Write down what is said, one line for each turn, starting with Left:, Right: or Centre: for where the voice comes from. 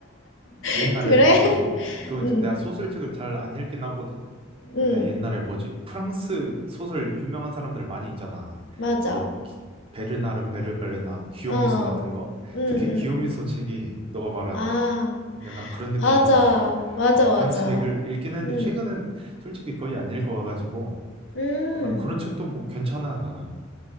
Left: <laughs>
Right: 옛날에
Left: 그래?
Right: 뭐지?
Left: <laughs>
Right: 그거 있지.
Left: 응,
Right: 내가 소설책을 잘 안 읽긴 하거든.
Left: 응.
Right: 근데 옛날에 뭐지? 프랑스 소설 유명한 사람들 많이 있잖아.
Left: 맞아.
Right: 뭐 기- 베르나르 베르베르나 기요미소
Left: 어,
Right: 같은 거.
Left: 응, 응.
Right: 특히 기요미소 책이 너가 말한
Left: 아,
Right: 어, 약간 그런 느낌이잖아.
Left: 맞아. 맞아,
Right: 어,
Left: 맞아.
Right: 그런 책을 읽긴 했는데
Left: 응,
Right: 최근엔 솔직히 거의 안 읽어가지고
Left: 음.
Right: 어, 난 그런 책도 뭐 괜찮아 나는.